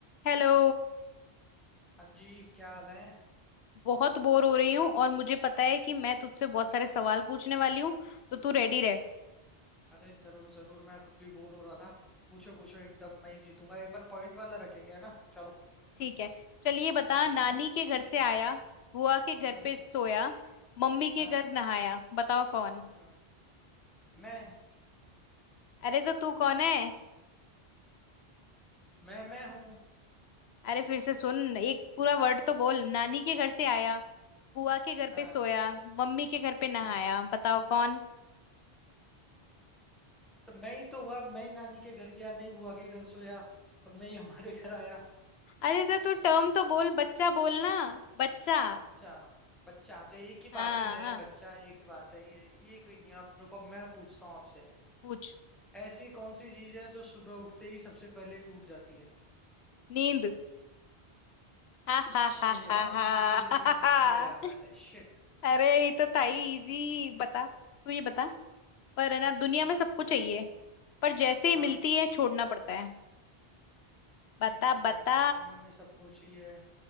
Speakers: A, on the left; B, in the centre.
A: Hello
B: हाँ जी क्या हाल है
A: बहुत bore हो रही हूँ और मुझे पता है कि मैं तुझसे बहुत सारे सवाल पूछने वाली हूँ तो तू रेडी रह
B: अरे जरूर जरूर मैं खुद भी बोर हो रहा था पूछो पूछो एकदम मैं ही जीतूंगा एक बार पॉइंट वाला रखेंगे है ना चलो
A: ठीक है चलिए बता
B: हाँ
A: नानी के घर से आया बुआ के घर
B: हम्म
A: पे सोया मम्मी के
B: हाँ
A: घर नहाया बताओ कौन
B: हम्म मैं
A: अरे तो तू कौन है
B: मैं मैं हूँ
A: अरे फिर से सुन एक पूरा वर्ड तो बोल नानी के घर से आया बुआ के घर
B: हाँ
A: पे सोया मम्मी के घर पे नहाया
B: हाँ
A: बताओ कौन
B: तो मैं ही तो हुआ मैं ही नानी के घर गया मैं ही बुआ के घर सोया और मैं ही हमारे घर आया
A: अरे तो तू टर्म तो बोल बच्चा बोलना बच्चा
B: अच्छा बच्चा तो एक ही
A: हाँ
B: बात है मैं
A: हाँ
B: बच्चा एक ही बात है ये ये कोई नहीं अब रुको मैं पूछता हूँ आपसे
A: पूछ
B: ऐसी कौन सी चीज है जो सुबह उठते ही सबसे पहले टूट जाती है
A: नींद <laughs> हा हा हा
B: अरे यार
A: हा
B: ये तो इजी पूछ
A: हा
B: लिया यार मैंने शिट
A: अरे ये तो था ही इजी बता तू ये बता पर है ना दुनिया
B: हम्म,
A: में सबको चाहिए पर जैसे ही
B: हाँ
A: मिलती है छोड़ना पड़ता है बता
B: अ,
A: बता
B: दुनिया में सबको चाहिए